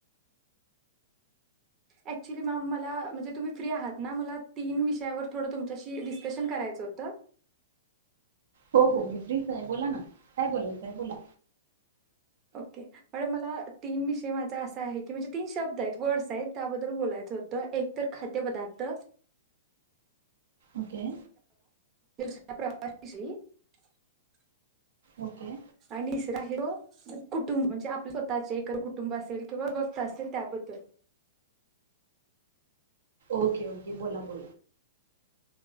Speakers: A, on the right (about 30°); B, on the right (about 75°).
A: ऍक्च्युली मॅम मला म्हणजे तुम्ही फ्री आहात ना मला तीन विषयावर थोडं तुमच्याशी डिस्कशन करायचं होतं
B: हो हो मी फ्रीच आहे बोला ना काय बोलायचं आहे बोला
A: ओके मॅडम मला तीन विषय माझा असा आहे की म्हणजे तीन शब्द आहेत वर्ड्स आहेत त्याबद्दल बोलायचं होतं एक तर खाद्य पदार्थ
B: ओके
A: <unintelligible>
B: ओके
A: आणि तिसरा आहे तो कुटुंब म्हणजे आपले स्वतःचे एक कुटुंब असेल किंवा बक्त असेल त्याबद्दल
B: ओके ओके बोला बोला